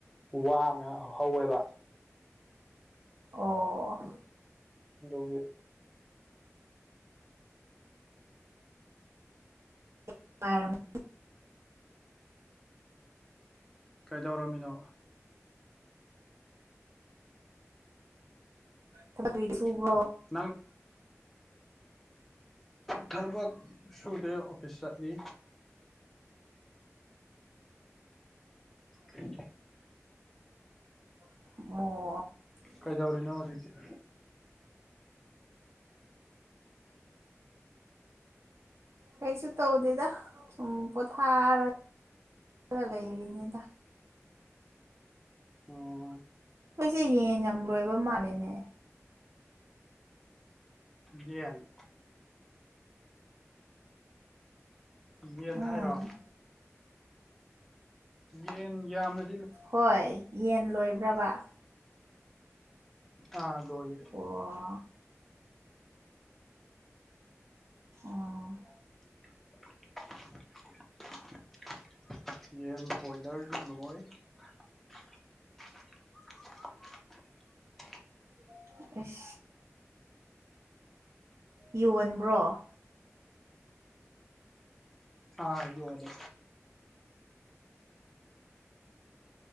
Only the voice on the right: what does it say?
ꯑꯣ
<unintelligible>
ꯊꯕꯛ ꯀꯔꯤ ꯁꯨꯕ꯭ꯔꯣ
<unintelligible>
ꯀꯩꯁꯨ ꯇꯧꯗꯦꯗ ꯁꯨꯝ ꯄꯣꯊꯥꯔꯒ ꯈꯔ ꯂꯩꯔꯤꯉꯗ
ꯏꯁꯦ ꯌꯦꯡ ꯌꯥꯝ ꯂꯣꯏꯕ ꯃꯥꯜꯂꯦꯅꯦ
ꯎꯝ
ꯍꯣꯏ ꯌꯦꯟ ꯂꯣꯏꯕ꯭ꯔꯕ
ꯑꯣ ꯑꯣ
<unintelligible> ꯌꯣꯟꯕ꯭ꯔꯣ